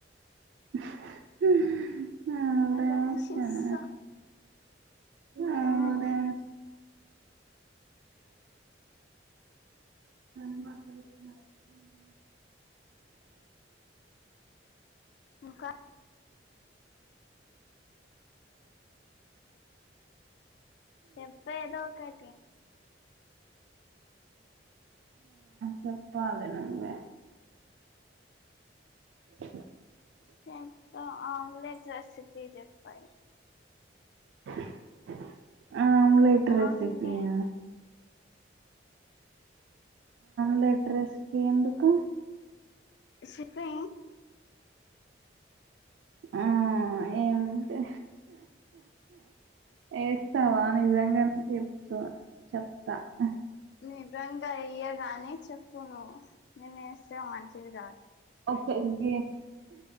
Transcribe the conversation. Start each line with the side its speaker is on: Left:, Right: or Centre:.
Right: <unintelligible> ఓవరాక్షన్
Left: అంత అసుస్సా
Right: ఓవరాక్షన్
Left: మ్...
Right: మడత <inaudible>
Left: ఇంకా చెప్పు ఏదో ఒకటి
Right: చెప్పాలి నువ్వే <unintelligible>
Left: చెప్పా ఆమ్లెట్ రెసిపీ చెప్పా ఇ
Right: <unintelligible> ఆమ్లెట్ రెసిపీయా
Left: ఆమ్లెట్
Right: ప్లేట్ రెసిపీ ఎందుకు
Left: సెప్పే
Right: ఆ ఆ ఎంటే ఏస్తావా నిజంగానే చెప్త చెప్తా హ్
Left: నిజంగా ఇయడ్ కాని చెప్పను ననే స్ స మంచిది గాదు
Right: తగ్గి